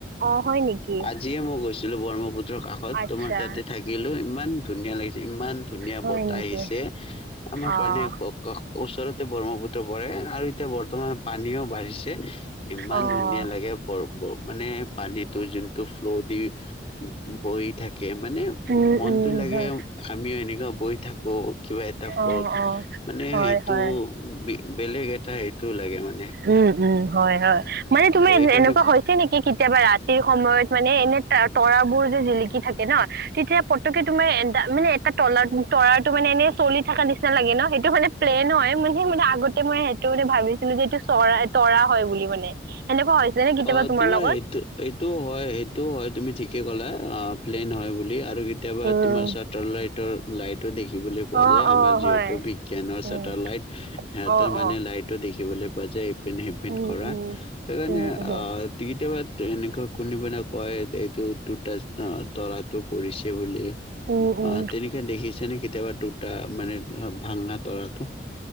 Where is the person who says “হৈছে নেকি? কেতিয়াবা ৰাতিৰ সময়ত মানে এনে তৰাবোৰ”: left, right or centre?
Right